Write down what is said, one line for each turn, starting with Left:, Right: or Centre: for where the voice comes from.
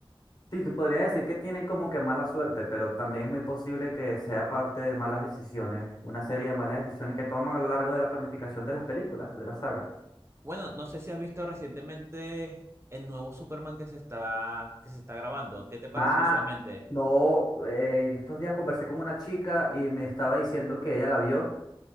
Left: Sí, te podría decir que tienen como que mala suerte, pero también es muy posible que sea parte de malas decisiones, una serie de malas decisiones que toman a lo largo de la planificación de las películas, de la saga.
Right: Bueno, no sé si has visto recientemente el nuevo Superman que se está, que se está grabando. ¿Qué te parece
Left: más,
Right: visualmente?
Left: no, eh, en estos días conversé con una chica y me estaba diciendo que ella la vio,